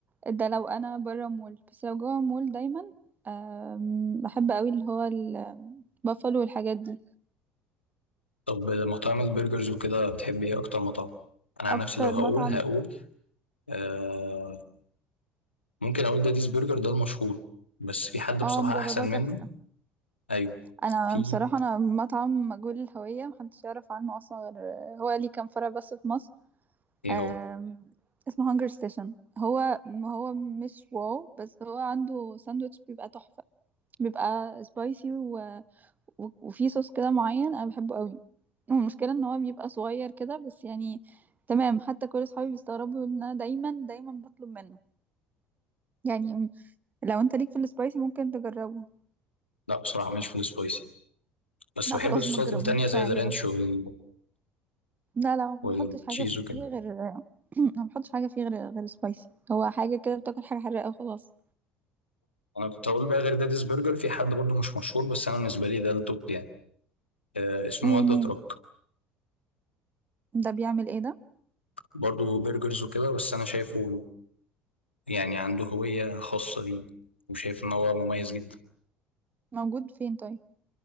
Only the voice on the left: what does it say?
طب مطاعم البرجرز وكده بتحب ايه اكتر مطعم انا عن
نفسي لو هقول
هقول آه ممكن اقول داديز برجر ده المشهور بس في حد
بصراحة
احسن
منه ايوه
في
ايه
هو
لا بصراحة مش في السبايسي بس
بحب
الصوصات
التانية
زي
الرانش وال...
والتشيز
وكده
انا كنت هقول بقى غير داديز برجر في حد برضه مش مشهور بس انا بالنسبة لي ده التوب يعني آه اسمه
ودا
تراك
برضه برجرز وكده بس انا شايفه يعني عنده هوية خاصة ليه وشايف ان هو مميز جدا